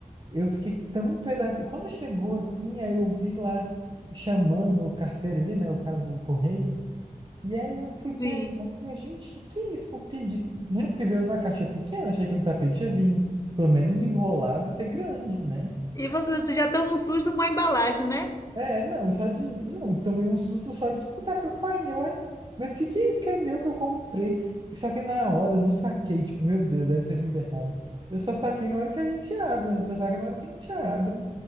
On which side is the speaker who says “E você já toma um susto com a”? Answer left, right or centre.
Left